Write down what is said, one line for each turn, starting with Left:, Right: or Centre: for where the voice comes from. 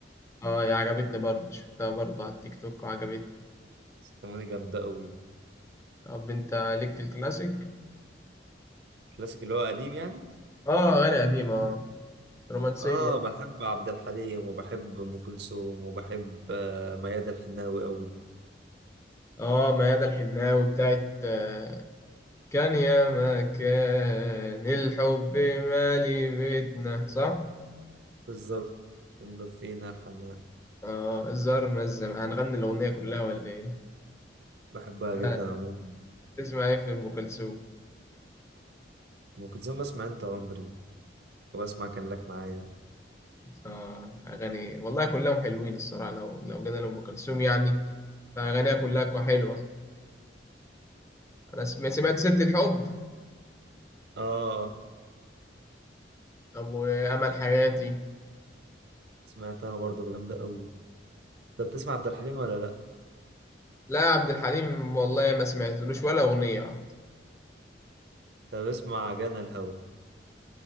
Left: اه هي عجبتني برضه شفتها برضه على التيك توك وعجبتني
Right: ستمانية جامدة قوي
Left: طب انت ليك في الكلاسيك؟
Right: كلاسيك اللي هو قديم يعني
Left: اه أغاني قديمة اه رومانسية
Right: اه بحب عبد الحليم وبحب ام كلثوم وبحب آه، ميادة الحناوي قوي
Left: اه ميادة الحناوي بتاعت آه، كان يا ما كان الحب مالي بيتنا صح؟
Right: بالظبط أم فينا حنان
Left: اه زرنا الزمان هنغني الأغنية كلها ولا ايه؟
Right: بحبها
Left: لا،
Right: جدا عموما
Left: تسمع ايه في أم كلثوم؟
Right: ام كلثوم بسمع انت عمري وبسمع كان لك معايا
Left: آه أغاني والله كلهم حلوين الصراحة لو لو جينا لأم كلثوم يعني فأغانيها كلها كو- حلوة أنا سم- سمعت سيرة الحب
Right: اه
Left: أبو أمل حياتي
Right: سمعتها برضو جامدة قوي انت بتسمع عبد الحليم ولا لا؟
Left: لا عبد الحليم والله ما سمعتلوش ولا أغنية واحدة
Right: انت بسمع جانا الهوى